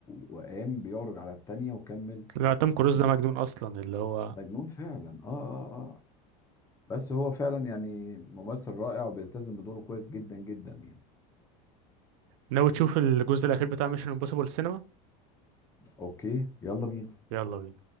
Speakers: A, on the left; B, on the right.
A: وقام بيعرج على التانية وكمل
B: لا توم كروز
A: المشهد
B: ده مجنون اصلا اللي هو
A: مجنون فعلا اه اه اه بس هو فعلا يعني ممثل رائع وبيلتزم بدوره كويس جدا جدا يعني
B: ناوي تشوف الجزء الاخير بتاع ميشن امبوسيبل السينما
A: اوكي يلا بينا
B: يلا بينا